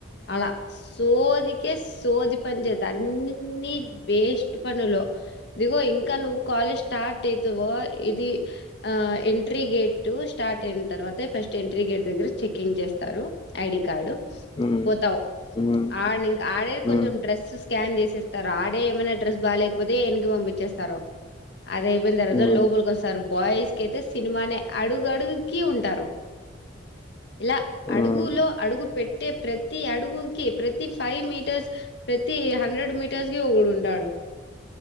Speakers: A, on the left; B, on the left.
A: అలా సోదికేస్ సోది పని జేత అన్ని వేస్ట్ పనులు దిగో ఇంకా నువ్వు కాలేజ్ స్టార్ట్ అవుతవో ఇది ఎంట్రీ గేటు స్టార్ట్ అయిన తర్వాతే ఫస్ట్ ఎంట్రీ గేట్ దగ్గర చెకింగ్ చేస్తారు ఐడి కార్డు
B: ఉమ్
A: పోతావ్
B: ఉమ్
A: ఆడ్న ఇంక ఆడే కొంచెం
B: ఉమ్
A: డ్రెస్ స్కాన్ చేసే తారు ఆడే ఏమైనా డ్రెస్ బాలేకపోతే ఎనక్కి పంపిచేస్తారు అదే అయిపోయిన తర్వాత
B: ఉమ్
A: లోపలి వస్తారు బాయ్స్ కైతే సినిమానే అడుగడుక్కి ఉంటారు ఇలా
B: ఉమ్
A: అడుగులో అడుగు పెట్టే ప్ర తి అడుగుకి ప్రతి ఫైవ్ మీటర్స్ ప్రతి హండ్రెడ్ మీటర్స్కి ఒకడు ఉంటాడు